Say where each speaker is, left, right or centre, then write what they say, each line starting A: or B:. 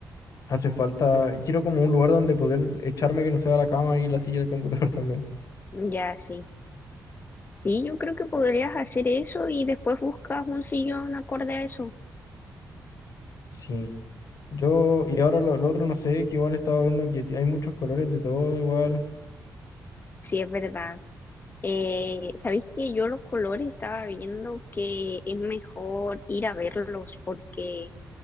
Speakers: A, on the left; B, on the left.
A: hace falta. Quiero como un lugar donde poder echarme que no sea la cama y la silla del computador <laughs> también.
B: ya sí. Sí, yo creo que podrías hacer eso y después buscas un sillón acorde a eso.
A: Sí. Yo, y ahora lo, lo otro no sé, que igual estaba viendo que ti- hay muchos colores de todo igual.
B: Sí, es verdad. Eh, ¿sabéis que yo los colores estaba viendo que es mejor ir a verlos porque